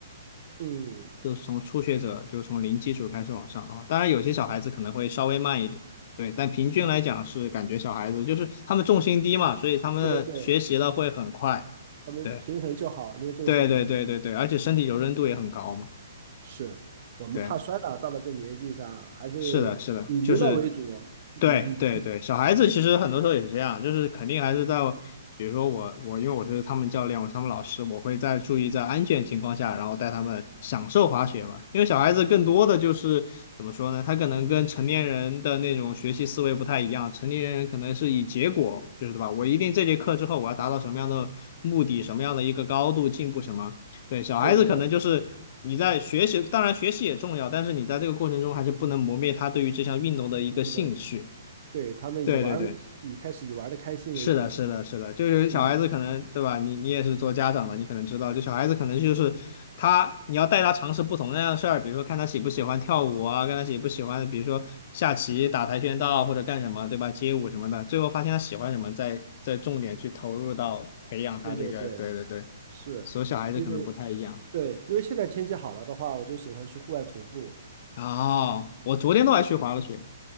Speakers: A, on the right (about 40°); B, on the left (about 35°).
A: 嗯，
B: 就是从初学者，就是从零基础开始往上啊。当然，有些小孩子可能会稍微慢一点，对，但平均来讲是感觉小孩子就是他们重心低嘛，所以他们学习了会很快。
A: 对对对，他们平衡就好，
B: 对，
A: 因为重心比较
B: 对对对对对，而且身体柔韧度也很高嘛。
A: 是，我们怕摔了，
B: 对，
A: 到了这年纪上，还是以娱乐为主。
B: 是的，是的，就是
A: 嗯哼，
B: 对对对，小孩子其实很多时候也是这样，就是肯定还是在，比如说我我因为我是他们教练，我是他们老师，我会在注意在安全情况下，然后带他们享受滑雪吧。因为小孩子更多的就是怎么说呢，他可能跟成年人的那种学习思维不太一样，成年人可能是以结果，就是对吧？我一定这节课之后我要达到什么样的目的，什么样的一个高度进步什么。对，小孩子可能就是你在学习，
A: 对对对，
B: 当然学习也重要，但是你在这个过程中还是不能磨灭他对于这项运动的一个兴趣。
A: 对的，对，他们以玩儿以开始以玩的开心为主。
B: 对对对，是的，是的，是的，就是小孩子可能，
A: 嗯，
B: 对吧？你你也是做家长的，你可能知道，就小孩子可能就是他，你要带他尝试不同那样的事儿，比如说看他喜不喜欢跳舞啊，看他喜不喜欢，比如说下棋、打跆拳道或者干什么，对吧？街舞什么的，最后发现他喜欢什么，再再重点去投入到培养他这个，
A: 对对对，
B: 对对对，
A: 是因为
B: 所以小孩子可能不太一样。
A: 对，因为现在天气好了的话，我就喜欢去户外徒步。
B: 哦，我昨天都还去滑了雪，